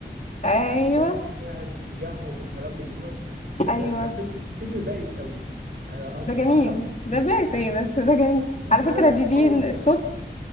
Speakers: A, on the left (about 40°); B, on the right (about 60°).
A: ايوه
B: والمشاعر تجاههم وكلام من دوت ده
A: ايوه
B: ده فيلم فيلم بائس قوي انا أنا بصراحه
A: ده جميل
B: <laughs>
A: ده باسي بس ده جميل
B: لا
A: على
B: لا
A: فكرة
B: لا
A: دي
B: لا
A: دي
B: خالص
A: الصوت
B: انا بعت